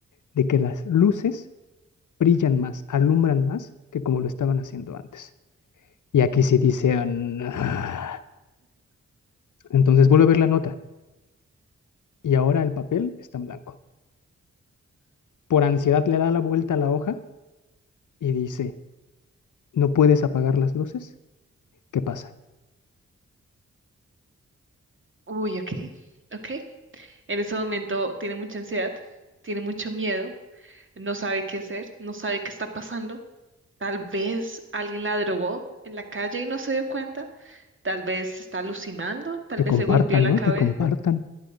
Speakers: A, on the left; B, on the right.
A: de que las luces brillan más, alumbran más que como lo estaban haciendo antes. Y aquí sí dice, ah, nah. entonces vuelve a ver la nota y ahora el papel está en blanco. Por ansiedad le da la vuelta a la hoja y dice, ¿no puedes apagar las luces? ¿Qué pasa?
B: Uy, ok. Ok. En ese momento tiene mucha ansiedad, tiene mucho miedo, no sabe qué hacer, no sabe qué está pasando. Tal vez alguien la drogó en la calle y no se dio cuenta. Tal vez está alucinando, tal
A: Que
B: vez
A: compartan,
B: se golpeó la
A: ¿no?
B: cabeza.
A: Que compartan.